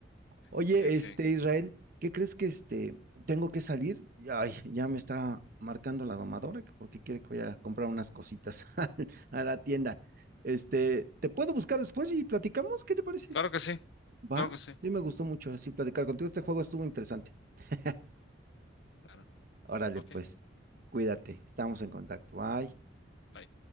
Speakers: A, on the right; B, on the left.
A: Oye,
B: Sí, sí.
A: este Israel, ¿qué crees que este tengo que salir? Ay, ya me está marcando la domadora que porque quiere que vaya a comprar unas cositas <laughs> a la tienda. Este, ¿te puedo buscar después y platicamos? ¿Qué te parece?
B: Claro que sí,
A: Va,
B: claro que sí.
A: sí me gustó mucho así platicar contigo. Este juego estuvo interesante. <laughs>
B: Claro.
A: Órale,
B: Ok,
A: pues, cuídate, estamos en contacto. Bye.
B: bye.